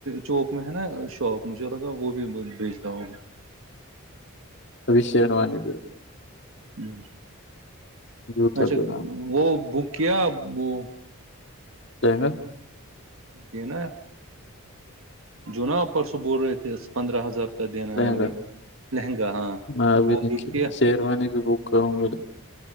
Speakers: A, on the right; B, on the left.
A: چوک میں ہے نا شاپ مجھے لگا وہ بھی بھیجتا ہوگا
B: اب شروانا
A: ہوں
B: جوتا
A: اچھا
B: بھی لانا
A: وہ بک کیا وہ
B: لہنگا
A: یہ نا جو نا پرسوں بول رہے تھے پندرہ ہزار دینا
B: لہنگا
A: ہے وہ لہنگا ہاں
B: میں ابھی
A: وہ
B: نہیں
A: بک کیا
B: شیروانی بھی بک کروں